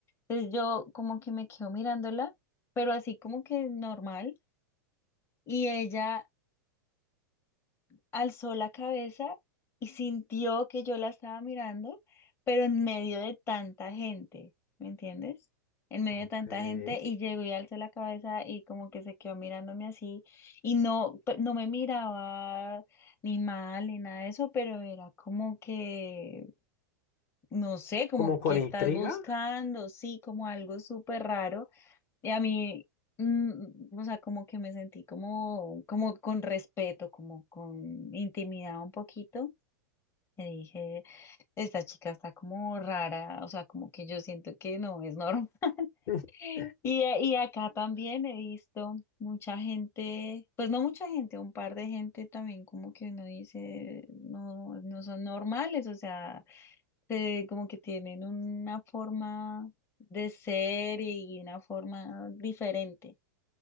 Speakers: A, on the left; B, on the left.
A: Entonces yo como que me quedo mirándola, pero así como que normal. Y ella alzó la cabeza y sintió que yo la estaba mirando, pero en medio de tanta gente, ¿me entiendes? En medio
B: ok.
A: de tanta gente y llegó y alzó la cabeza y como que se quedó mirándome así y no, pe- no me miraba ni mal ni nada de eso, pero era como que, no sé, como
B: como con
A: que
B: intriga,
A: estás buscando, sí, como algo súper raro. Y a mí, mm, o sea, como que me sentí como, como con respeto, como con intimidad un poquito. Y dije, esta chica está como rara, o sea, como que yo siento que no es normal. <laughs>
B: <laughs>
A: Y, a- y acá también he visto mucha gente, pues no mucha gente, un par de gente también como que uno dice, no, no son normales, o sea, se- como que tienen una forma de ser y una forma diferente.